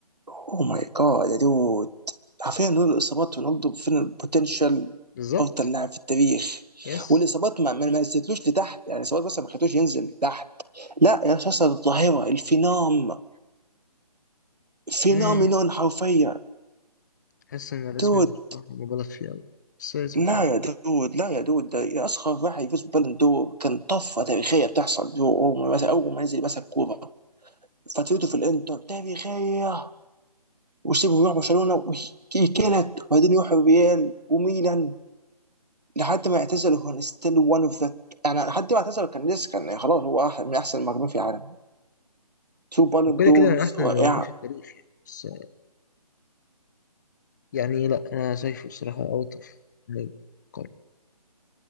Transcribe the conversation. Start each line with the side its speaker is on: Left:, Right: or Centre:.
Right: اوه ماي جاد يا دود حرفيا دول الاصابات رونالدو فين البوتنشال
Left: بالظبط
Right: افضل لاعب في التاريخ
Left: يس
Right: والاصابات ما ما ما نزلتلوش لتحت يعني الاصابات بس ما خلتوش ينزل تحت لا يا شخص الظاهره الفينام فينومينون
Left: آه،
Right: حرفيا
Left: أحس إن الاسم
Right: دود
Left: ده بصراحة مبالغ فيه أوي بس اتس
Right: لا
Left: أوكي
Right: يا دود لا يا دود ده يا اصغر واحد يفوز بالون دور كان طفره تاريخيه بتحصل دو اول ما مسك اول ما نزل مسك كوره فترته في الانتر تاريخيه وسيبه يروح برشلونه ويكلت وبعدين يروح ريال وميلان لحد ما اعتزل هو ستيل one of the يعني لحد ما اعتزل كان لسه كان خلاص هو أح- من احسن المهاجمين في العالم تو بالون
Left: وكده
Right: دورز
Left: كده من أحسن
Right: رائعه
Left: المهاجمين في التاريخ يعني بس يعني لا أنا شايفه بصراحة أوت أوف قارن.